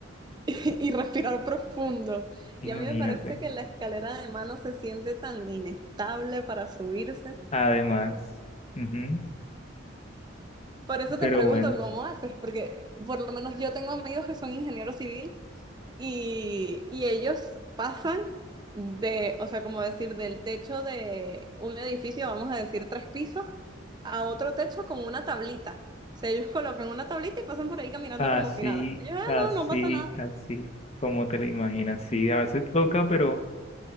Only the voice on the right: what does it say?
<laughs> y respirar profundo.
Y a mí me parece que la escalera de mano se siente tan inestable para subirse.
Por eso
te pregunto
cómo haces, porque por lo menos yo tengo amigos que son ingenieros civil y, y ellos pasan de, o sea, como decir, del techo de un edificio, vamos a decir tres pisos, a otro techo con una tablita. O sea, ellos colocan una tablita y pasan por ahí caminando
como si nada. Ellos, ah,
no, no pasa nada.